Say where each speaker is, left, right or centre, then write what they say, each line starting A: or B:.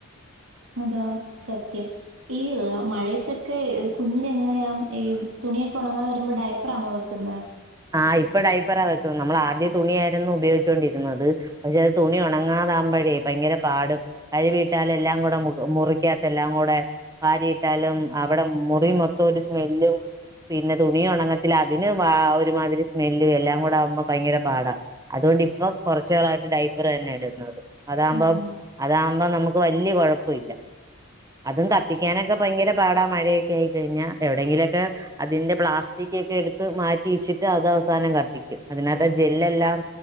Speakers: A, on the right; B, on the right.
A: അതാ സത്യം. ഈ മഴയത്തൊക്കെ കുഞ്ഞിനെഎങ്ങനെയാ? ഈ തുണിയൊക്കെ ഒണങ്ങ മ്പ ഡയപ്രാന്നോ വെക്കുന്ന
B: ആഹ് ഇപ്പടൈപ്പറ വെക്കുന്ന നമ്മൾ ആദ്യ തുണിയാരുന്നു ഉപയോഗിച്ചോണ്ടിരുന്നത് പക്ഷെ അത് തുണി ഒണങ്ങാതാമ്പോഴേ ഭയങ്കര പാട് കഴവിയിട്ടാല എല്ലാം കൂടെ മുറിക്കാത്ത എല്ലാം കൂടെ വാരിയിട്ടാലും അവിടെ മുറി മൊത്തം ഒരു സ്മെല്ലും പിന്നെ തുണി ഉണങ്ങത്തി അതിന് വാ ഒ തിരി സ്മെല്ലും എല്ലാം കൂടെ ആവുമ്പോ ഭയങ്കര പാടാ അതുകൊണ്ട് ഇപ്പൊ കുറച്ച കായിട്ട് ഡൈപ്പർ തന്നെ ഇടുന്നത് അതാമ്പോ
A: ഉം.
B: അതാമ്പോ നമു വല്യ കൊഴപ്പില്ല അതും കത്തിക്കാനൊക്കെ ഭയങ്കര പാടാ മഴയൊക്കെ ആയി കഴിഞ്ഞ എവിടെയെങ്കിലൊക്കെ അതിന്റെ പ്ലാസ്റ്റിക് ഒക്കെ എടുത്ത് മാറ്റി വെച്ചി അത് അവസാനം കത്തിക്കും അതിനകത്ത് ജെെല്ലെല്ലാം